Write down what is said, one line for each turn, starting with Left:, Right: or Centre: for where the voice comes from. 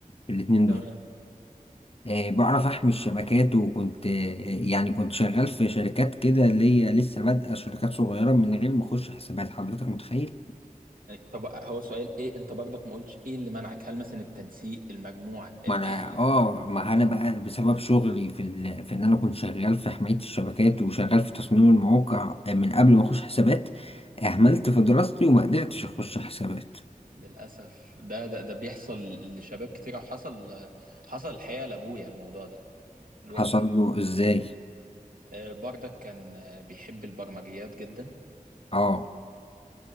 Left: الاتنين
Right: تمام
Left: دول آه، بعرف احمي الشبكات وكنت آه، يعني كنت شغال في شركات كده اللي هي لسه بادئه شركات صغيره من غير ما اخش حسابات حضرتك متخيل
Right: يعني طب هو سؤال ايه انت برضك ما قلتش ايه اللي منعك هل مثلا التنسيق المجموع الاهل
Left: ما انا اه ما انا بقى بسبب شغلي في ال... في ان انا كنت شغال في حمايه الشبكات وشغال في تصميم المواقع آه، من قبل ما اخش
Right: آه،
Left: حسابات اهملت في دراستي وما قدرتش اخش حسابات
Right: للاسف ده ده, ده بيحصل لشباب كتير وحصل حصل الحقيقه لابويا الموضوع ده لوالدي
Left: حصل له ازاي
Right: آه، برضك كان آه، بيحب البرمجيات جدا
Left: اه